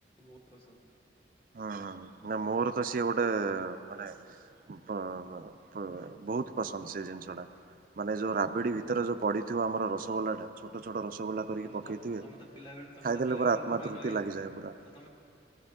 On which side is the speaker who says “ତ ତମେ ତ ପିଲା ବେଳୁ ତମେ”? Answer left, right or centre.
Left